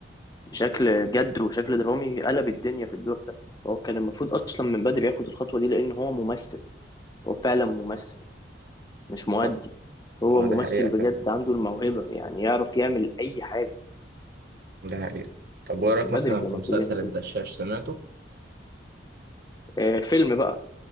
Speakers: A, on the left (about 20°); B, on the right (about 50°).
A: بشكل جد وشكل درامي قلب الدنيا في الدور ده هو كان المفروض اصلا من بدري ياخد الخطوة دي لان هو ممثل هو فعلا ممثل مش مؤدي
B: طب
A: هو
B: آه،
A: ممثل
B: ده حقيقة
A: بجد عنده الموهبة يعني يعرف يعمل اي حاجة
B: ده حقيقة طب وإيه
A: من
B: رأيك
A: بدري
B: مثلا
A: كان
B: في
A: المفروض
B: مسلسل
A: يعمل كده
B: الدشاش سمعته؟
A: آه فيلم بقى